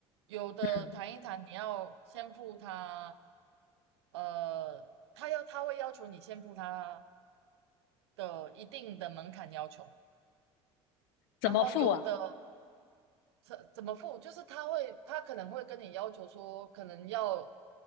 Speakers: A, on the right (about 85°); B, on the left (about 75°).
A: 有的谈一谈，
B: 嗯，
A: 你要先付他，呃，他要他会要求你先付他的一定的门槛要求，
B: 怎么付啊？
A: 然后有的怎怎么付，就是他会他可能会跟你要求说，可能要